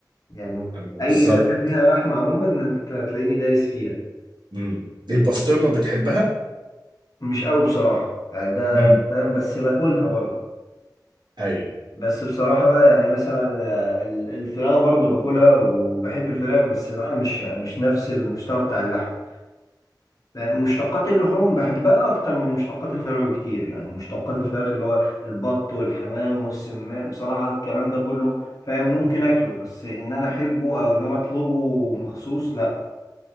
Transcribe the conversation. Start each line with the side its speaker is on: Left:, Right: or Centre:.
Left: يعني
Right: أنا بالظبط
Left: اي حاجه فيها لحمه عموما انت هتلاقيني دايس فيها
Right: امم البسطرمة بتحبها؟
Left: مش قوي بصراحه يعني ده
Right: امم
Left: فاهم بس باكلها برضه
Right: أي
Left: بس بصراحه بقى يعني مثلا آه، ال- الفراخ برضه باكلها وبحب الفراخ بس بقى مش يعني مش نفس المستوى بتاع اللحم يعني مشتقات اللحوم بحبها اكتر من مشتقات الفراخ بكتير يعني مشتقات الفراخ اللي هو البط والحمام والسماء بصراحه الكلام ده كله فاهم ممكن اكله بس ان انا احبه او ان انا اطلبه مخصوص لا